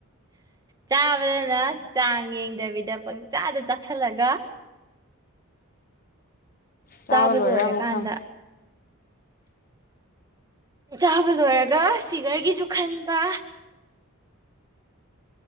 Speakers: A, on the right (about 20°); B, on the left (about 40°).
A: ꯆꯥꯕꯗꯅ ꯆꯥꯡ ꯌꯦꯡꯗꯕꯤꯗ ꯄꯪꯆꯥꯥꯗ ꯆꯥꯥꯁꯜꯂꯒ
B: ꯆꯥꯕ
A: ꯆꯥꯕꯗ
B: ꯂꯣꯏꯔ
A: ꯑꯣꯏꯔꯀꯥꯟꯗ
B: ꯑꯃꯨꯛ ꯈꯝ
A: ꯆꯥꯕ ꯂꯣꯏꯔꯒ ꯐꯤꯒꯔꯒꯤꯁꯨ ꯈꯟꯕ